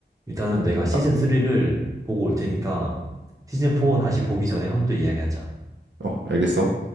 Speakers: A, on the right; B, on the right.
A: 일단은 내가 시즌
B: 아,
A: 3를 보고 올 테니까 시즌 4 다시 보기 전에 한번 또 이야기하자.
B: 어, 알겠어.